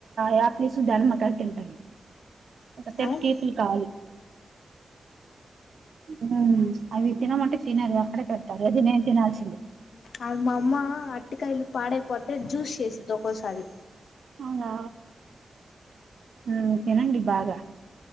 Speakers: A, on the right (about 75°); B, on the left (about 85°).
A: యాప్లెస్ దానిమ్మకాయి తింటను అంత సేఫ్
B: ఉమ్
A: పీపుల్ కాదు ఉమ్ అవి తినమంటే తినారు అక్కడే పెడతారు అవి నేన్ తినల్సిందే
B: అవి మా అమ్మ అట్టికాయలు పాడైపోతే జ్యూస్ చేసేది ఒక్కోసారి
A: అవునా ఉమ్ తినండి బాగా